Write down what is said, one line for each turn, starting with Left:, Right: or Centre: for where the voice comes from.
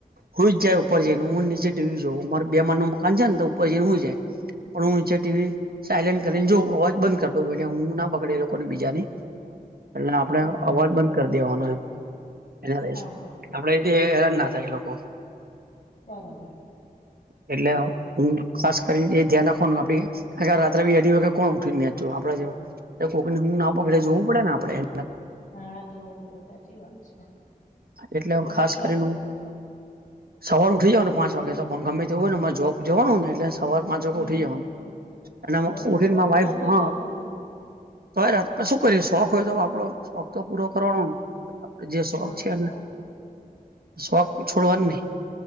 Right: હુંય જાય ઉપર જઈ ને હું નીચે ટીવી જોવ. મારે બે માળનું મકાન છે ને તો પછીને હું જાય પણ હું <inaudible> ટીવી સાયલેન્ટ કરીને જો અવાજ બંધ કર દવ <inaudible> એટલે ઊઘ ના બગડે એ લોકો ને બીજા ની. એટલે આપણે
Left: બરાબર
Right: અવાજ બંધ કરી દેવાનો એમ. ત્યારે
Left: હા
Right: સૂઈ
Left: હા
Right: આપડે થી હેરાન ના થાય એ લોકો.
Left: બરાબર.
Right: એટલે હું હ, ખાસ કરીને એ ધ્યાન રાખવાનું આપડી રાત્રે બી અઢી વાગે કોણ ઉઠી ને મેચ જોય આપડા જેવા. એ કોકની ઊઘ ના બગડે
Left: હા
Right: જોવું પડે ને આપડે <inaudible>
Left: હા જોવું પડે સાચી વાત છે.
Right: એટલે
Left: તમે
Right: ઊ ખાસ
Left: કેટલા
Right: કરીને
Left: વાગે ઉઠો
Right: ઊ
Left: છો?
Right: સવાર ઉઠી જવાનું પાંચ વાગે <unintelligible> ગમે તેવું હોય મારે જોબ જવાનું ને એટલે સવાર પાંચ વાગે
Left: હમ
Right: ઉઠી જવાનું અને
Left: એવું
Right: ઉઠીને
Left: તો
Right: મારી
Left: બી
Right: વાઈફ
Left: રાત્રે
Right: હ
Left: જાગો
Right: તોય રાત પણ શું કરીએ શોખ હોય તો આપડો શોખ તો પૂરો કરવાનો ને. જે શોખ
Left: બરાબર
Right: છેને શોખ છોડવાની નહી.